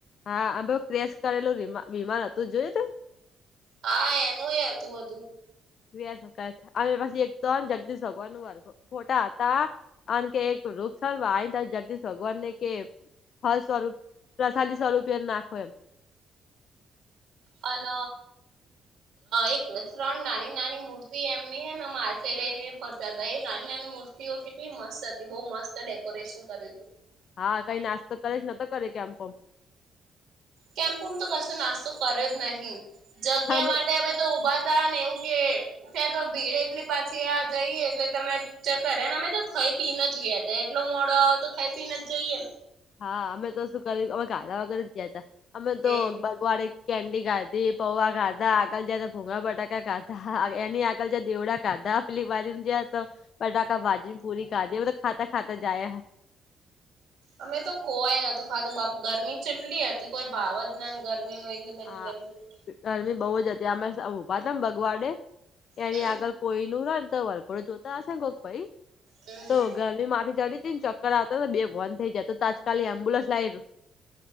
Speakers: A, on the left; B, on the right.
A: હા આમ ભ ક્રેશ કરેલુંમા વિમાન હતું જોય તો
B: હા એનું એ હતું બધું
A: ક શકાય અ પછી એક તો જગદીશ ભગવાન ન ફોટા હતા કાર કે એક વૃક્ષાર વા જગદીશ ભગવાન ને કે ફળ સ્વરૂપ પ્રસાદી સ્વરૂપી એમ નાખો એમ
B: અન એક ત્રણ નાની નાની મૂર્તિ એમની હ ને માસે લઈ ને ફરતા હતા એ નાની નાની મૂર્તિઓ કેટલી મસ્ત હતી બઉુ મસ્ત ડેકોરેશન કરેલી
A: હા કઈ નાસ્તો કરે છે ન કરે કે આમ પણ
B: કેમ્પોમ તો કશું નાસ્તો કર્યો જ નહી જગ્યા
A: પમ
B: માટે અમે તો ઉભા ને એવું કે ત્યાં તો ભીડ એટલી પાછી આ જઈએ એટલે તમે ચકર એને અમે તો ખાઈ પીને જ ગયા હતા એટલો મોડો આવે તો ખાઈ પીને જઈને
A: હા અમે તો શું કરી્યું અમે ગાધા વગર જ ગયા ત અમે
B: હમ
A: તો વાડે કેન્ડી ખાતીી પૌવા ખાતાા આકાલ જ ભોંગા બટાકા ખાતા અને આકાલ જ એવડા ખાધા પલી ભાજ જે તો પટાકા ભાજ પૂરી ખાદી તો ખાતા ખાતા જાય હ
B: અમે તો કોવાય નતું ખાતું બાપ ગરમી જેટલી હતી કોઈ ભાવ જ નાાન ગરમીનું એટલી બધી
A: હા
B: ગરમીનું
A: ગરમી બહુ જ હતી અમે ઉઊભા હતા બગવાડે એની
B: હમ
A: આગળ કોઈ ન હો ને તો વરકોડ જોતા હશે ને કોક ભાઈ
B: હમ હમ
A: તો ગરમી મામાંથી ચડી જ ને ચ કરતાને બે બંધ થઈ જતો તો આજકાલી એમ્બ્યુલન્સ લાવ